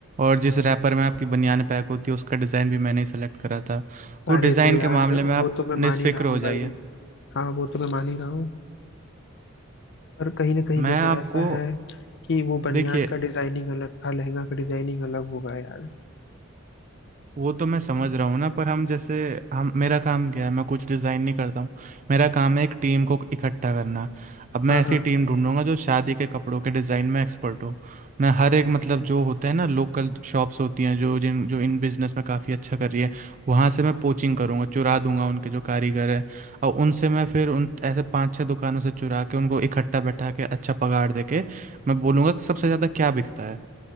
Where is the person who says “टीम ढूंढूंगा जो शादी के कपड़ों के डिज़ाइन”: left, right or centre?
Right